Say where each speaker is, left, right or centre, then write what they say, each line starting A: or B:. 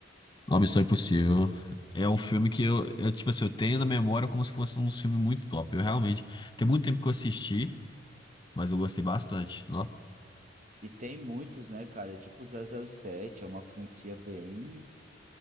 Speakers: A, on the left; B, on the right.
A: Uma Missão Impossível. É um filme que eu, eu, tipo assim, eu tenho na memória como se fosse um filme muito top. Eu realmente. Tem muito tempo que eu assisti, mas eu gostei bastante. Ó,
B: E tem muitos, né, cara? É tipo zero zero sete é uma franquia bem,